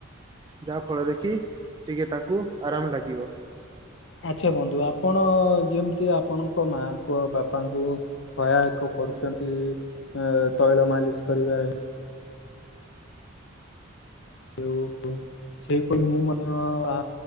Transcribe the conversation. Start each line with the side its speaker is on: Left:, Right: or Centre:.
Right: ଯାହା ଫଳରେ କି ଟିକେ ତାଙ୍କୁ ଆରାମ ଲାଗିବ।
Left: ଆଚ୍ଛା ବନ୍ଧୁ ଆପଣ ଯେମିତି ଆପଣଙ୍କ ମାଙ୍କୁ ଆଉ ବାପାଙ୍କୁ ସହାୟକ କରୁଛନ୍ତି ତୈଳ ମାଲିସ କରିବାରେ। କେଉ ପ ସେଇପରି ମୁଁ ମଧ୍ୟ ଆ